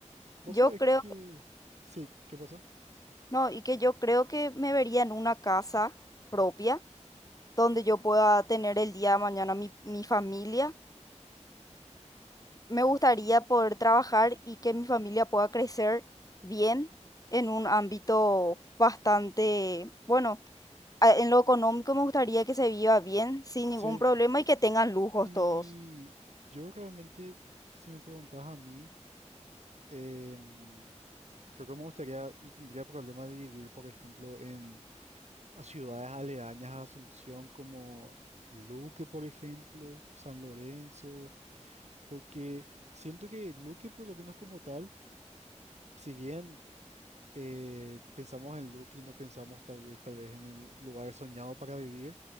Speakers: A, on the right; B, on the left.
A: Vos
B: yo
A: sabés
B: creo,
A: que... Sí, ¿qué pasa?
B: no, y que yo creo que me vería en una casa propia donde yo pueda tener el día de mañana mi, mi familia. me gustaría poder trabajar y que mi familia pueda crecer bien en un ámbito bastante, bueno, a- en lo económico me gustaría que se viva bien, sin ningún
A: Sí.
B: problema y que tengan lujos
A: Y
B: todos.
A: yo realmente, si me preguntás a mí, em, creo que me gustaría, no tendría problema de vivir, por ejemplo, en a ciudades aledañas a Asunción como Luque, por ejemplo, San Lorenzo, porque siento que Luque, por lo menos como tal, si bien... eh, pensamos en Lucky, no pensamos tal vez, tal vez en el lugar soñado para vivir.